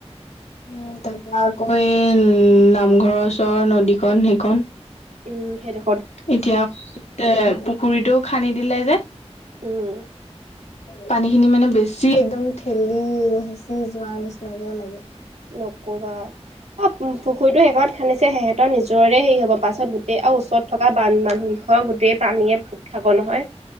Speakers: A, on the left; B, on the right.
A: উ তাৰপৰা আকৌ এই উম নামঘৰ ওচৰৰ নদীখন সেই খন।
B: উম সেইটো।
A: এতিয়া এ পুখুৰীটো খান্দি দিলে যে।
B: উম।
A: পানী খিনি মানে বেছি একদম ঠেলি সিঁচি যোৱাৰ নিচিনাকে লাগে।
B: নক'বা। অ পুখুৰীটো সেইকণত খান্দিছে সিহঁতৰ নিজৰে হেৰি হব পাছত গোটেই আৰু ওচৰত থকা বান মানুহ। ঘৰ গোটেই পানীয়ে পুত খাব নহয়।